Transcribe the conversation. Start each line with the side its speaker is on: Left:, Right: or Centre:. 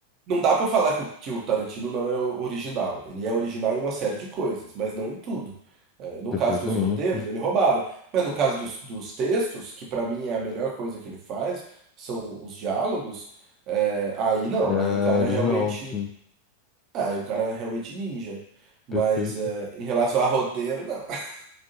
Right: Não dá pra falar que o, que o Tarantino não é o- original. Ele é original em uma série de coisas, mas não em tudo. É, no
Left: Perfeitamente.
Right: caso dos roteiros, ele roubava. Mas no caso dos, dos textos, que pra mim é a melhor coisa que ele faz, são os diálogos, é, aí não.
Left: É
Right: Aí o cara
Left: original,
Right: realmente.
Left: sim.
Right: ah, Aí o cara é realmente ninja. Mas
Left: Perfeito.
Right: é, em relação a roteiro, não. <laughs>